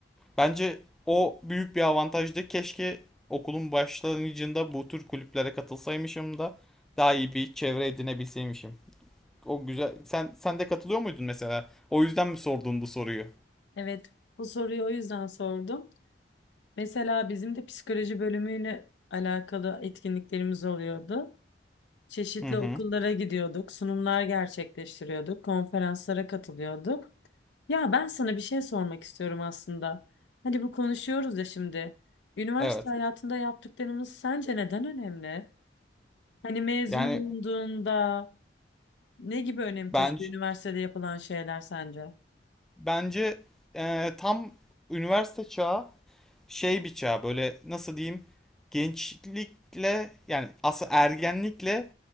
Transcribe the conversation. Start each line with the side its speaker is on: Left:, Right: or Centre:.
Centre: Bence o büyük bir avantajdı. Keşke okulun başlangıcında bu tür kulüplere katılsaymışım da daha iyi bir çevre edinebilseymişim. O güzel. Sen sen de katılıyor muydun mesela? O yüzden mi sordun bu soruyu?
Left: Evet, bu soruyu o yüzden sordum. Mesela bizim de psikoloji bölümüyle alakalı etkinliklerimiz oluyordu. Çeşitli
Centre: Hı hı.
Left: okullara gidiyorduk, sunumlar gerçekleştiriyorduk, konferanslara katılıyorduk. Ya ben sana bir şey sormak istiyorum aslında. Hani bu konuşuyoruz ya şimdi. Üniversite
Centre: Evet.
Left: hayatında yaptıklarımız sence neden önemli? Hani mezun
Centre: Yani
Left: olunduğunda ne gibi önem
Centre: bence
Left: taşıyor üniversitede yapılan şeyler sence?
Centre: bence e, tam üniversite çağı şey bıçağı böyle nasıl diyeyim gençlikle yani aslında ergenlikle